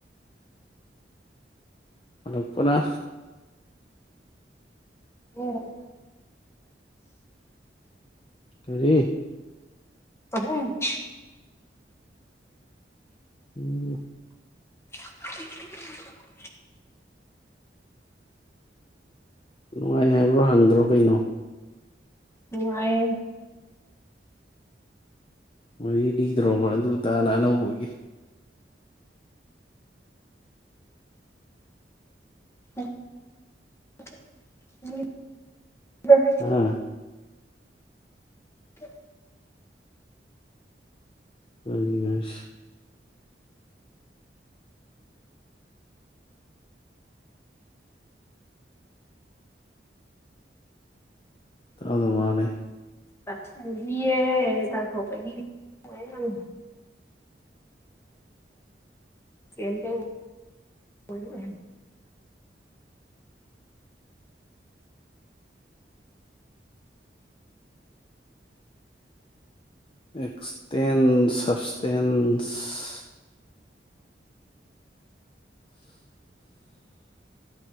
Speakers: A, on the left; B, on the left.
A: ꯑꯣ ꯄꯨꯔꯥ
B: ꯎ
A: ꯀꯔꯤ
B: ꯑ ꯍꯨꯝ
A: ꯎꯝ
B: <unintelligible>
A: ꯅꯨꯡꯉꯥꯏ ꯍꯥꯏꯕ꯭ꯔꯣ ꯍꯪꯗ꯭ꯔꯣ ꯀꯩꯅꯣ
B: ꯅꯨꯡꯉꯥꯏꯌꯦ
A: ꯃꯗꯤ ꯅꯤꯗ꯭ꯔꯣꯕ ꯑꯗꯨꯇꯥꯅ ꯑꯅꯧꯕꯒꯤ
B: <unintelligible>
A: ꯎꯝ
B: ꯎ
A: ꯑꯕꯤꯅꯥꯁ ꯑꯗꯨ ꯑꯗꯨ ꯃꯥꯅꯦ
B: <inaudible> <unintelligible>
A: ꯑꯦꯛꯁꯇꯦꯟ ꯁꯞꯁꯇꯦꯟꯁ